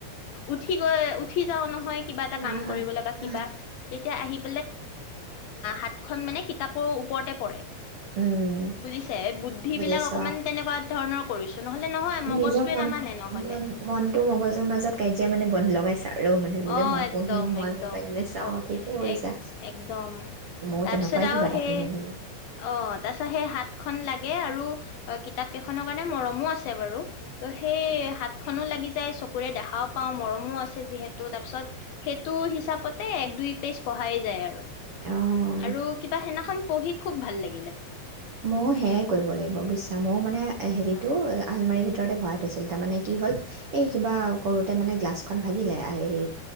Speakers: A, on the left (about 70°); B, on the right (about 90°).
A: উঠি গৈ উঠি যাওঁ নহয় কিবা এটা
B: হা,
A: কাম
B: হা,
A: কৰিবলৈ বা
B: হা।
A: কিবা তেতিয়া আহি সাত খন মানে কিতাপৰ ওপৰতে পৰে।
B: উম,
A: বুজিছে বুদ্ধি
B: বুজিছ'
A: বিলাক অকমান তেনেকুৱা ধৰণৰ কৰিছো নহলে নহয় মগজটোৱে
B: নিজৰ মন
A: নামানে নহলে।
B: মন মনটো মগজুৰ মাজত কাজিয়া মানে ব লগাইছা আৰু মানে বোলে
A: অ',
B: মই
A: একদম
B: পঢ়িম মই
A: একদম
B: মোবাইলে চাওঁ
A: অ',
B: ঠিকে কৰিছা,
A: এক একদম।
B: মইও
A: তাৰপিছত
B: তেনেক কাই
A: আৰু
B: কিবা এটা
A: সেই
B: কৰিব লাগিব।
A: অ', তাৰ পিছত সেই হাতখন লাগ এ, আৰু কি তাপকেইখনৰ কাৰণে মৰমো আছে। বাৰু সেই হাত খনো লাগিছ তাই চকুৰে দেখাক পাওঁ মৰমো আছে যিহেতু তাৰপিছত সেইটো হিচাপতে এক দুই পেজ পঢ়াই যায় আৰু
B: অঁ
A: আৰু কিবা সেনাখন পঢ়ি খুব ভাল লাগে
B: মই সেয়াই কৰিব লাগিব বুজিছা মইও মানে
A: উম,
B: হেৰিতটো আলমাৰী ভিতৰতে ভৰাই আছিল তাৰ মানে কি হ'ল এই কিবা কৰোঁতে মানে গ্লাছখন ভাগিলে হেৰি